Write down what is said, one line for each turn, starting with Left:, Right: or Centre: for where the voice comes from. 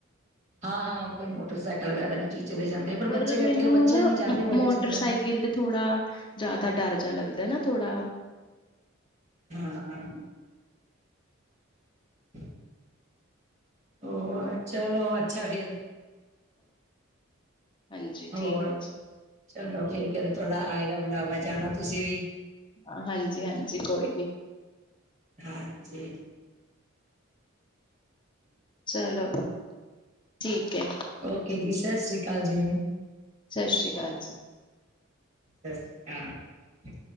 Right: ਹਾਂ ਹਾਂ ਕੋਈ ਮੋਟਰਸਾਈਕਲ ਵਗੈਰਾ ਨਹੀਂ ਹੀ ਚਲੇ ਜਾਂਦੇ
Left: ਪਰ
Right: ਬੱਚੇ ਕਰਕੇ
Left: ਮੈਨੂੰ
Right: ਬੱਚੇ
Left: ਨਾ
Right: ਜਾਂਦੇ ਵੱਡੇ
Left: ਮੋਟਰਸਾਈਕਲ
Right: ਚਲੇ ਜਾਂਦੇ
Left: ਤੇ ਥੋੜਾ ਜਿਆਦਾ ਡਰ ਜਿਹਾ ਲੱਦਾ ਨਾ ਥੋੜਾ
Right: ਹਾਂ ਹਾਂ ਤੇ ਹੋ ਚਲੋ ਅੱਛਾ ਫਿਰ
Left: ਹਾਂਜੀ
Right: ਹੋਰ
Left: ਠੀਕ ਹੈ ਜੀ
Right: ਚਲੋ ਫਿਰ ਕਿ ਥੋੜਾ ਆਏਗਾ ਬੁਲਾਵਾ ਜਾਣਾ ਤੁਸੀਂ ਵੀ
Left: ਹ ਹਾਂਜੀ ਹਾਂਜੀ ਕੋਈ ਨੀ
Right: ਹਾਂਜੀ
Left: ਚਲੋ ਠੀਕ ਹੈ
Right: ਓਕੇ ਜੀ ਸਤਿ ਸ੍ਰੀ ਅਕਾਲ ਜੀ
Left: ਸਤਿ ਸ੍ਰੀ ਅਕਾਲ ਜੀ
Right: ਸਤਿ ਸ਼੍ਰੀ ਅਕਾਲ